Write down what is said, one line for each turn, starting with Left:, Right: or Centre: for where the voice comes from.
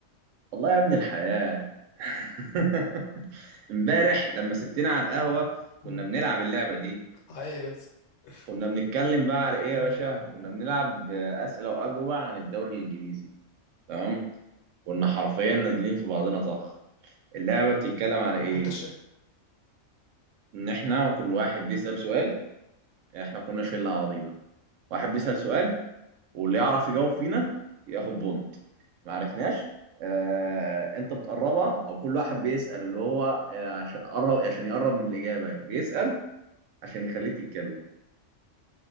Right: والله يا ابن الحياة <laughs> امبارح لما سبتنا على القهوة كنا
Left: مم.
Right: بنلعب اللعبة دي
Left: عادي بس
Right: كنا بنتكلم
Left: مم.
Right: بقى على إيه يا
Left: مم.
Right: باشا كنا بنلعب آه، أسئلة وأجوبة عن الدوري الإنجليزي تمام كنا حرفيا نازلين في بعضنا طخ اللعبة بتتكلم على إيه
Left: وانت شك
Right: ان احنا كل واحد بيسأل سؤال احنا كنا شلة على بعضينا واحد بيسأل سؤال واللي يعرف يجاوب فينا ياخد بونت ما عرفناش آه، انت بتقربها او كل واحد بيسأل اللي هو آه، عشان قرب عشان يقرب من الإجابة بيسأل عشان يخليك تتكلم